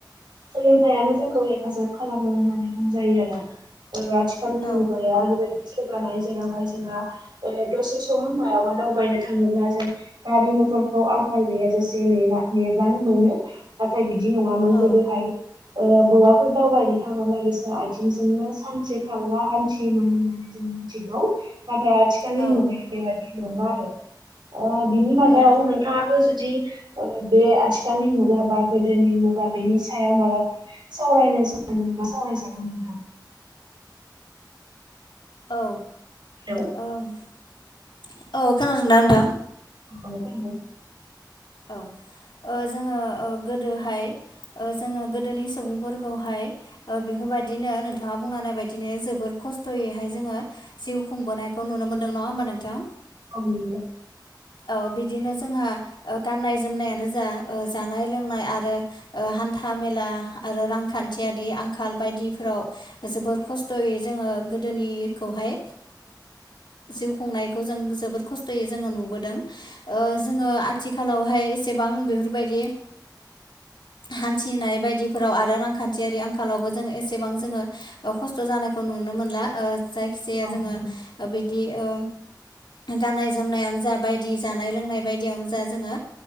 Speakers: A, on the right; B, on the left.
A: सोलोंथाइयानो जोंखौ हेफाजाब खालामो होननानै बुंजायो आरो आथिखालनि
B: औ
A: मुगाया ओरैबायदि जौगानाय जेरावहाय जोंहा दसे समह मायावबा दावबायनो थाङोब्ला जों गारि म थर आंखाल गैया नेब्लानो मोन नाथाय बिदि नङमोन
B: औ
A: गोदोहाय बहाफै <unintelligible> दावबायनो थाङोब्ला बिसोर आथिंजोंनो सानसे थाला हान्थियोमोन होननानै जों मिथिगौ। नाथाय आथिखालनि
B: औ
A: मुगायाव बेबाददि नङा आरो बिनि मादायाव
B: औ
A: नोंथाङाबो जु दि बे आथिखालनि मुगा बा गोदोनि मुगा बेनि सायाव माबाफोर सावरायनो सावरायनोबा <unintelligible> जागोन नोंथां।
B: औ
A: हेलौ
B: औ औ खोनादोंदा नोंथां?
A: अ खोनादों।
B: औ जोङो गोदोहाय जोङो गोदोनि सुबुंफोर खौहाय बेफोरबायदिनो नोंथाङा बुंनाय बायदिनो जोोबोर खस्थ'यैहाय जोङो जिउ खुंबोनायखौ नु नो मोनदों नङा होनोमबा नोंथां?
A: औ नंगौ।
B: औ बिदिनो जोंहा गाननाय जोमनायानो जा जानाय लोंनाय आरो ओ हान्था मेला आरो रांखान्थियारि आंखाल बायदिफ्राव जोबोर खस्थ'यै जोङो गोदोनिखौहाय जिउ खुंनायखौ जों जोबोद खस्थ'यै जोङो नुबोदों। जोङो आथिखालावहाय एसेबां बेफोरबायदि हान्थिनाय बायदिफोराव आरो रांखान्थियारि आंखालावबो जोङो एसेबां जोङो खस्थ' जानायखौ नुनो मोनला जायखि जाया
A: औ
B: जोङो
A: नंगौ
B: बिदि ओ गाननाय जोमनायानो जा बायदि जानाय लोंनाय बायदियावनो जा जोङो